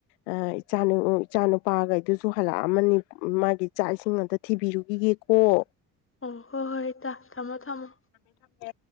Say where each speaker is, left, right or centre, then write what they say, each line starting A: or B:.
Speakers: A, on the left (about 75°); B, on the left (about 25°).
A: ꯑ ꯏꯆꯥ ꯏꯆꯥꯅꯨꯄꯥꯒꯩꯗꯨꯁꯨ ꯍꯜꯂꯛꯑꯝꯃꯅꯤ ꯃꯥꯒꯤ ꯆꯥꯛ ꯏꯁꯤꯡ ꯑꯝꯇ ꯊꯤꯕꯤꯔꯨꯈꯤꯒꯦꯀꯣ ꯍꯣ
B: ꯍꯣꯏꯍꯣ ꯍꯣꯏ ꯏꯇꯥ ꯊꯝꯃꯣ ꯊꯝꯃꯣ
A: ꯊꯝꯃꯦ ꯊꯝꯃꯦ